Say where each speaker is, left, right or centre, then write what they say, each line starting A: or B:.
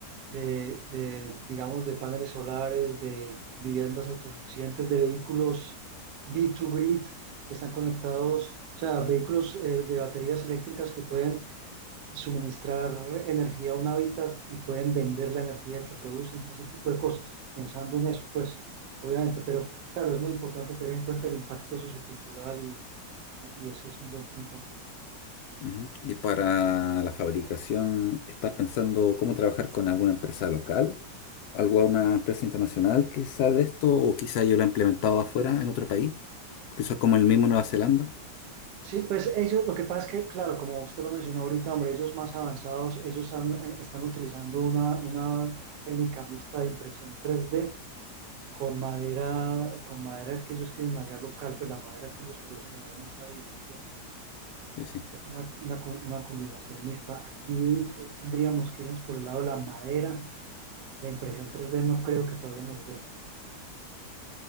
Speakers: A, on the right (about 80°); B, on the left (about 70°).
A: de, de, digamos, de paneles solares, de viviendas autosuficientes, de vehículos B2Grid que están conectados, o sea, vehículos eh, de baterías eléctricas que pueden suministrar energía a un hábitat y pueden vender la energía que producen, ese tipo de cosas, pensando en eso, pues, obviamente, pero claro, es muy importante tener en cuenta el impacto sociocultural y, y eso es un buen punto.
B: Ujú. Y para la fabricación, ¿estás pensando cómo trabajar con alguna empresa local? ¿Alguna empresa internacional que sabe de esto? ¿O quizá yo la he implementado afuera, en otro país? Quizás como el mismo Nueva Zelanda.
A: Sí, pues ellos, lo que pasa es que, claro, como usted lo mencionó ahorita, hombre, ellos más avanzados, ellos han- eh, están utilizando una, una técnica mixta de impresión 3D con madera, con madera que ellos tienen allá local, pues la madera que ellos producen allá en esa isla, ¿cierto?
B: Sí, sí.
A: Es una, una una combinación mixta. Aquí eh, tendríamos que irnos por el lado de la madera. La impresión 3D no creo que todavía nos dé.